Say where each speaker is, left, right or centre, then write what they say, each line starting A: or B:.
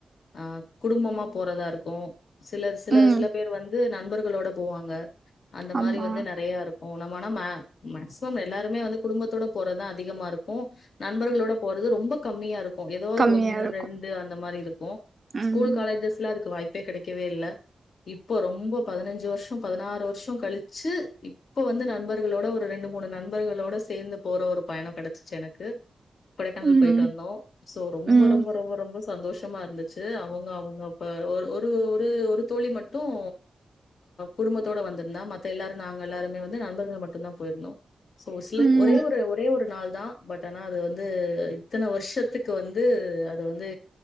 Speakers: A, on the left (about 60°); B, on the right (about 30°).
A: ஆஹ் குடும்பமா போறதா இருக்கும் சில சில
B: ம்
A: சில பேர் வந்து நண்பர்களோட போவாங்க அந்த
B: ஆமா
A: மாரி வந்து நெறைய இருக் ஓ நம்மனா மே மேக்சிமம் எல்லாருமே வந்து குடும்பத்தோட போறதுதான் அதிகமா இருக்கும் நண்பர்களோட போறது ரொம்ப கம்மியா இருக் கும் ஏதாவது
B: கம்மியா
A: ஒன்னு
B: இருக்கும்
A: ரெண்டு அந்த மாரி இருக்கும்
B: ம்
A: ஸ்கூல் காலேஜஸ்ல அதுக்கு வாய்ப்பு ப்பே கெடைக்கவே இல்ல இப்ப ரொம்ப பதினஞ்சு வருஷம் பதினாறு வருஷம் கழிச்சு இப்ப வந்து நண்பர்களோட ஒரு ஒரு ரெண்டு மூணு நண்பர்களோட சேந்து போற ஒரு பயணம் கெடைச்சுச்சு எனக்கு கொடைக்கானல்
B: ம்
A: போயிட்டு வந்தோம் சோ ரொம்ப
B: ம்
A: ரொம்ப ரொம்ப ரொம்ப சந்தோஷமா இருந்துச்சு <unintelligible> அவுங்க அவுங்க இப்ப ஒரு ஒரு ஒரு ஒரு தோழி மட்டும் குடும்பத்தோட வந்திருந்தா மத்த எல்லாரும் நாங்கள் எல்லாருமே வந்து நண்பர்கள் மட்டும் தான் போயிருந்தோ ஒரு சிலர்
B: ம்
A: ஒரே ஒரு ஒரே ஒரு நாள் தான் பட் ஆனா அது வந்து இத்தன வருஷத்துக்கு வந்து அது வந்து